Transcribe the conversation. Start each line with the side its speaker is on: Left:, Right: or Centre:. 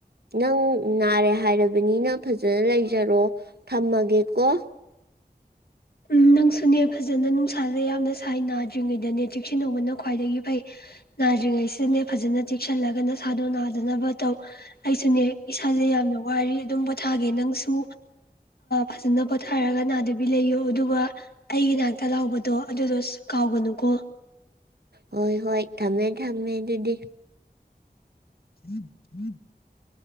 Right: ꯅꯪ ꯅꯥꯔꯦ ꯍꯥꯏꯔꯕꯅꯤꯅ ꯐꯖꯅ ꯂꯩꯖꯔꯣ ꯊꯝꯃꯒꯦ ꯀꯣ
Left: ꯎꯝ ꯅꯪꯁꯨꯅꯦ ꯐꯖꯅ ꯅꯨꯡꯁꯥꯁꯦ ꯌꯥꯝꯅ ꯁꯥꯏ ꯅꯥꯗ꯭ꯔꯤꯉꯩꯗꯅꯦ ꯆꯦꯛꯁꯤꯟꯅꯍꯧꯕꯅ ꯈ꯭ꯋꯥꯏꯗꯒꯤ ꯐꯩ ꯅꯥꯗ꯭ꯔꯤꯉꯩꯁꯤꯗꯅꯦ ꯐꯖꯅ ꯆꯦꯛꯁꯤꯜꯂꯒ ꯅꯁꯥꯗꯣ ꯅꯥꯗꯅꯕ ꯇꯧ ꯑꯩꯁꯨꯅꯦ ꯏꯁꯥꯁꯦ ꯌꯥꯝꯅ ꯋꯥꯔꯤ ꯑꯗꯨꯝ ꯄꯣꯊꯥꯒꯦ ꯅꯪꯁꯨ ꯐꯖꯅ ꯄꯣꯊꯥꯔꯒ ꯅꯥꯗꯕꯤ ꯂꯩꯌꯨ ꯑꯣ ꯑꯗꯨꯒ ꯑꯩꯒꯤ ꯅꯥꯛꯇ ꯂꯥꯛꯄꯗꯣ ꯑꯗꯨꯗꯣ ꯀꯥꯎꯒꯅꯨꯀꯣ
Right: ꯍꯣꯏ ꯍꯣꯏ ꯊꯝꯃꯦ ꯊꯝꯃꯦ ꯑꯗꯨꯗꯤ
Left: <inaudible>